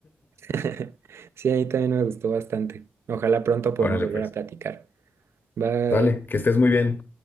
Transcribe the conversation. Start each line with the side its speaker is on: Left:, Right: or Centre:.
Right: <laughs> sí, a mí también me gustó bastante. Ojalá pronto podamos
Left: <laughs> Órale,
Right: volver
Left: pues.
Right: a platicar. Bye.
Left: Dale, que estés muy bien.